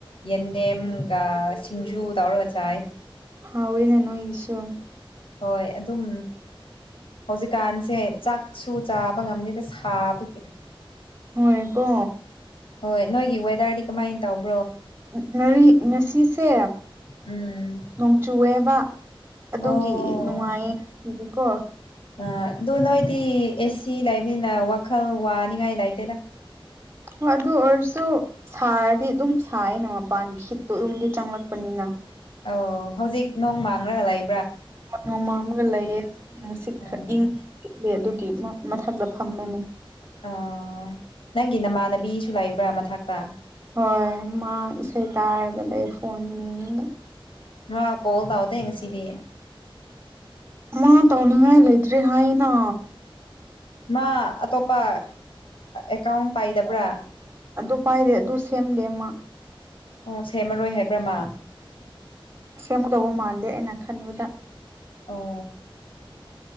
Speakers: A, on the left (about 70°); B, on the right (about 25°).
A: ꯌꯦꯟꯗꯦꯝꯒ ꯁꯤꯡꯖꯨ ꯇꯧꯔꯒ ꯆꯥꯏ
B: ꯍꯥꯎ ꯑꯣꯏꯣꯏ ꯅ ꯅ ꯑꯣꯏꯒꯤꯁꯨꯣ
A: ꯍꯣꯏ ꯑꯗꯨꯝ ꯍꯧꯖꯤꯛꯀꯥꯟꯁꯦ ꯆꯥꯛꯁꯨ ꯆꯥꯕ ꯉꯝꯗꯗ ꯊꯥꯕꯒꯤ
B: ꯍꯣꯏꯀꯣ
A: ꯍꯣꯏ ꯅꯣꯏꯒꯤ ꯋꯦꯗꯔꯗꯤ ꯀꯃꯥꯏꯅ ꯇꯧꯕ
B: ꯉꯔꯤ ꯉꯁꯤꯁ
A: ꯎꯝ
B: ꯅꯣꯡꯆꯨꯑꯦꯕ ꯑꯗꯨꯒꯤ
A: ꯑꯣ
B: ꯅꯨꯡꯉꯥꯏꯌꯦ ꯁꯤꯗꯤꯀꯣ
A: ꯑ ꯑꯗꯨ ꯅꯣꯏꯗꯤ ꯑꯦꯁꯤ ꯂꯩꯕꯅꯤꯅ ꯋꯥꯈꯜ ꯋꯥꯅꯤꯡꯉꯥꯏ ꯂꯩꯇꯦꯗ
B: ꯍꯣꯏ ꯑꯗꯨ ꯑꯣꯏꯔꯁꯨ ꯁꯥꯔꯗꯤ ꯑꯗꯨꯝ ꯁꯥꯏꯌꯦꯅ ꯃꯄꯥꯟꯒꯤ ꯍꯤꯠꯇꯣ ꯑꯗꯨꯝꯒꯤ ꯆꯪꯂꯛꯄꯅꯤꯅ
A: ꯑꯣ ꯍꯧꯖꯤꯛ ꯅꯣꯡ ꯃꯥꯡ꯭ꯔꯂ ꯂꯩ
B: ꯃꯃꯥꯡꯃꯒ ꯂꯩꯑꯦ ꯅꯨꯡꯁꯤꯠ
A: ꯎꯝ
B: ꯈꯔ ꯏꯪ ꯑꯗꯨꯒꯤ ꯃꯊꯛꯇ ꯐꯝꯕꯅꯤ
A: ꯑꯣ ꯅꯪꯒꯤ ꯅꯃꯥꯟꯅꯕꯤꯁꯨ ꯂꯩꯕ꯭ꯔꯥ ꯃꯊꯛꯇ
B: ꯍꯣꯏ ꯃꯥ ꯏꯁꯩ ꯇꯥꯔꯒꯗꯤ ꯐꯣꯟ ꯃꯤꯡꯗ
A: ꯅ ꯀꯣꯜ ꯇꯥꯎꯗꯡ ꯉꯁꯤꯗꯤ
B: ꯃꯥ ꯇꯧꯅꯤꯡꯉꯥꯏ ꯂꯩꯇ꯭ꯔꯦ ꯍꯥꯏꯅ
A: ꯃꯥ ꯑꯇꯣꯞꯄ ꯑꯦꯀꯥꯎꯟ ꯄꯥꯏꯗꯕ꯭ꯔꯥ
B: ꯑꯗꯨ ꯄꯥꯏꯔꯦ ꯑꯗꯨ ꯁꯦꯝꯗꯦ ꯑꯃ
A: ꯑꯣ ꯁꯦꯝꯃꯔꯣꯏ ꯍꯥꯏꯕ꯭ꯔꯃ
B: ꯁꯦꯝꯒꯗꯧꯕ ꯃꯥꯟꯗꯦ ꯑꯩꯅ ꯈꯟꯕꯗ
A: ꯑꯣ